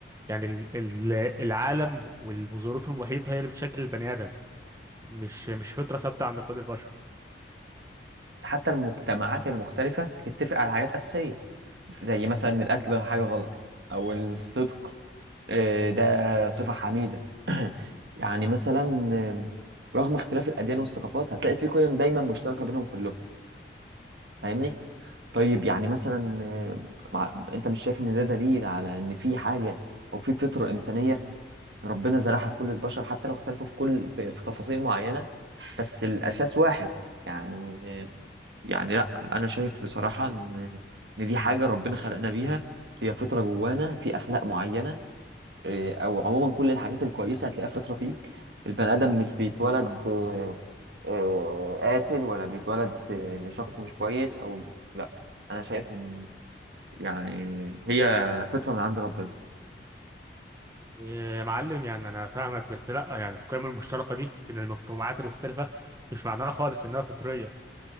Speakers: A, on the right (about 15°); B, on the right (about 70°).
A: يعني ال- ال- العالم والظروف المحيطة هي اللي بتشكل البني آدم مش مش فطرة ثابتة عند كل البشر
B: حتى المجتمعات المختلفة بتتفق على حاجات أساسية زي مثلا إن القتل حاجة غلط أو الصدق آه، ده صفة حميدة <clears throat> يعني مثلا آه، رغم اختلاف الأديان والثقافات هتلاقي في قيم دايما مشتركة بينهم كلهم فاهمني؟ طيب يعني مثلا آه، مع... أنت مش شايف إن ده دليل على إن في حاجة أو في فطرة إنسانية ربنا زرعها في كل البشر حتى لو اختلفوا في كل في, في تفاصيل معينة بس الأساس واحد يعني آه، يعني لا انا شايف بصراحه ان ان دي حاجه ربنا خلقنا بيها هي فطره جوانا في اخلاق معينه إيه، او عموما كل الحاجات الكويسه هتلاقيها فطره فيك البني ادم مش بيتولد آه، آه، قاتل ولا بيتولد آه، شخص مش كويس او لا انا شايف ان يعني هي فطره من عند ربنا
A: يا معلم يعني أنا فاهمك بس لأ يعني القيم المشتركة دي بين المجتمعات المختلفة مش معناها خالص إنها فطرية